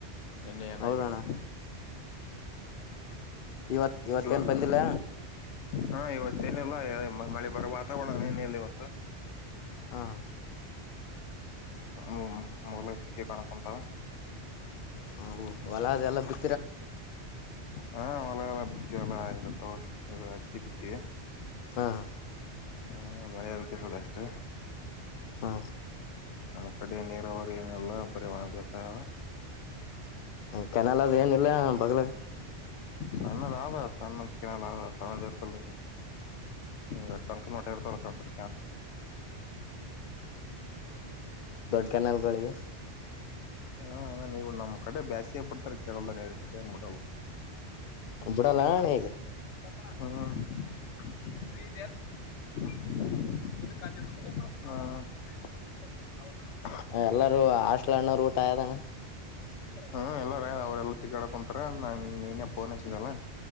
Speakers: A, on the left; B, on the left.
A: ನಿನ್ನೆ ಏನಾಗಿಲ್ಲ
B: ಹೌದಣ್ಣ ಇವತ್ ಇವತ್ತೇನ್
A: ಇವಾಗ
B: ಬಂದಿಲ್ಲ
A: ಹಾ ಇವತ್ತೇಏನಿಲ್ಲ ಮಳೆ ಬರ ವಾತಾವರಣ ಏನಲ್ಲ ಇವತ್ತು
B: ಹಾ
A: ಹ್ಮ್ ಮೊದಲ ಚುಕ್ಕೆ ಕಾಣಕ್ಂತಾವ
B: ಹ ಹೊಲ ಅ ಎಲ್ಲ ಬಿ
A: ಹಾ ಎ ಎಲ್ಲ ಬಟ್ಟಿ ಎಲ್ಲ ಇತ್ತ ಇ ಹತ್ತಿ ಬಿಟ್ಟಿ
B: ಹಾ ಹಾ
A: ಹ್ಮ ಮಳೆ ಅದ ಕಿಸದ ಅಷ್ಟು
B: ಹಾ
A: ನಮ್ಮ ಕಡೆ ನೀರಾವರಿ ಏನಲ್ಲ ಬರ ಒಣಭ್ಯಾಸಾಯ
B: ಕೆನಲ್ ಅದು ಏನಿಲ್ಲ ಬಗ್ಲಾಗ
A: ಸಣ್ಣದ ಆಾ ಸಣ್ಣದ ಕಿನಾಲ ಆ ಸಣ್ಣದ ಇರ್ತಲ್ಲ ಹ ಟಂಕ್ ಮಟ ಇರ್ತವ ಪ್ರ
B: ಕೆನಲ್ ಗಳಿಗೆ
A: ಹಾ ನೀವು ನಮ್ಮ್ ಕಡೆ ಬ್ಯಾಸಿಯ ಪಡ್ತಾರ ಕರಳದ ನೀಸುತ್ತೆ ಏನ್ಬಿಟಲ್ಲ
B: ಬಿಡಲ್ಲ ಅಣ್ಣ ಈಗ
A: ಣ ೀ ಇದಲ್ಲ ನೀನು ಮ
B: ಎಲ್ಲಾರೂ ಹಸ್ಲ ಹಣ್ಣೋರು ಊಟ ಆದದಾನ
A: ಹ್ಮ್ ಎಲ್ಲಾರಯ ಅವ್ರ ಎಲ್ಲ ತಿಗಾಡ ಕುಂತಾರ ನಾನ್ ನೀನೇ ಪಫೋನ್ಸಿದಲ್ಲ.